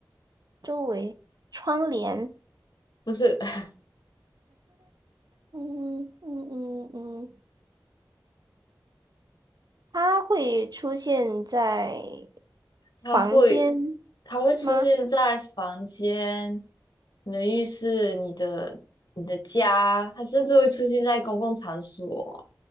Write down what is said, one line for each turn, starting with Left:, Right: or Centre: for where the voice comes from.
Right: 周围窗帘，
Left: 不是，<laughs>
Right: 嗯嗯嗯嗯，它会出现在
Left: 它会，
Right: 房间
Left: 它会出现在房间、
Right: 吗？
Left: 你的浴室、你的、你的家，它甚至会出现在公共场所。